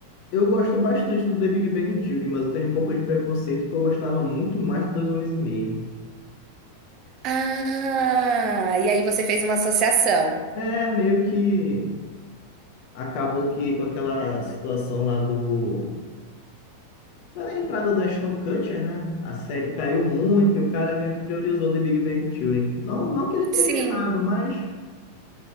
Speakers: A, on the left; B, on the right.
A: eu gosto bastante do The Big Bang Theory, mas eu tenho um pouco de preconceito porque eu gostava muito mais do Dois Homens e Meio.
B: Ah, e aí você fez uma associação.
A: É, meio que acabou que com aquela situação lá do... Da entrada do Ashton Kutcher, né? A série caiu muito e o cara meio que priorizou The Big Bang Theory. Não, não que ele esteja
B: Sim.
A: errado, mas...